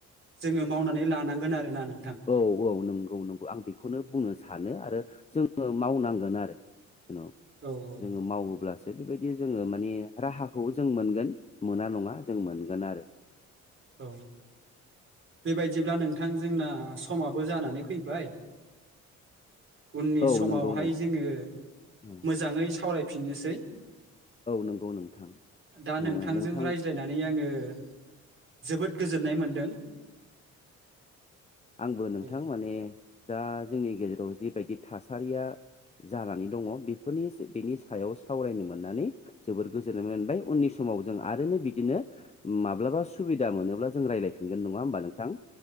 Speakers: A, on the right (about 45°); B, on the left (about 20°).
A: जोङो मावनानै लानांगोन आरोना नों
B: औ औ नंगौ नंगौ आं बेखौनो बुंनो सानो आरो जों मावनांगोन आरो। जेन'
A: औ औ
B: जोङो मावोब्लासो बेबायदि जोङो मानिे राहाखौ जों मोनगोन मोना नङा जों मोनगोन आरो।
A: औ बेबायदिब्ला नों नोंथां जोंना समाबो जानानै फैबाय उननि
B: औ
A: समावहाय
B: नंगौ नों
A: जोङो
B: औ
A: मोजाङै सावराय फिननोसै।
B: नंगौ नोंथां
A: दा
B: ओ
A: नोंथांजों
B: नोंथां
A: रायज्लायनानै आङो <unintelligible> जोबोद गोजोननाय मोनदों।
B: आंबो नोंथां
A: औ
B: माने जा जोंनि गेजेराव जिबायदि थासारिया जानानै दङ बेफोरनि बेनि सायाव सावरायनो मोननानै जोबोर गोजोननाय मोनबाय उननि समाव जों आरोनो बिदिनो माब्लाबा सुबिदा मोनोब्ला जों रायज्लायफिनगोन नङा होमबा नोंथां?